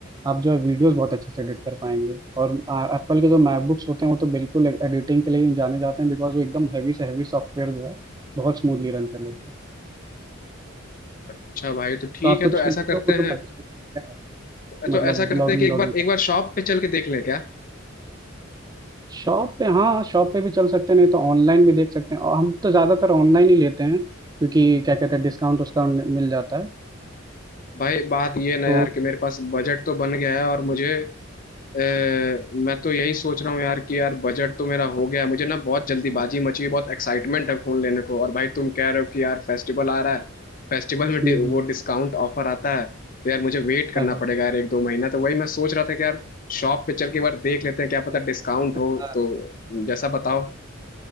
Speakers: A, on the right; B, on the left.
A: आप जो है वीडियोस बहुत अच्छे से एडिट कर पाएंगे और एप्पल के जो मैकबुक्स होते हैं वो तो बिल्कुल एडिटिंग के लिए ही जाने जाते हैं बिकॉज वो एकदम हैवी से हैवी सॉफ्टवेयर जो है बहुत स्मूथली रन कर लेते हैं
B: अच्छा भाई तो ठीक
A: तो आप
B: है
A: कुछ
B: तो ऐसा
A: यूट्यूब
B: करते
A: वूट्यूब
B: हैं
A: का भी सोच सकते हैं
B: तो
A: मतलब
B: ऐसा करते
A: ब्लॉगिंग
B: हैं कि एक
A: व्लॉगिंग
B: बार
A: का
B: एक बार शॉप पे चल के देख लें क्या
A: शॉप पे हाँ शॉप पे भी चल सकते हैं नहीं तो ऑनलाइन भी देख सकते हैं और हम तो ज़्यादातर ऑनलाइन ही लेते हैं क्योंकि क्या कहते हैं डिस्काउंट उस्काउंट मिल जाता है
B: भाई बात ये ना
A: तो
B: यार कि मेरे पास बजट तो बन गया है और मुझे अ, मैं तो यही सोच रहा हूँ यार कि यार बजट तो मेरा हो गया है मुझे ना बहुत जल्दीबाजी मची है बहुत एक्साइटमेंट है फोन लेने को और भाई
A: <laughs>
B: तुम कह रहे हो कि यार फेस्टिवल आ रहा है फेस्टिवल में
A: हम्म,
B: डि, वो
A: हम्म,
B: डिस्काउंट ऑफर आता है तो यार मुझे वेट करना
A: हाँ,
B: पड़ेगा यार एक दो महीना तो वही मैं सोच रहा था कि यार शॉप पे चल के एक बार देख लेते हैं क्या पता डिस्काउंट हो
A: हाँ।
B: तो जैसा बताओ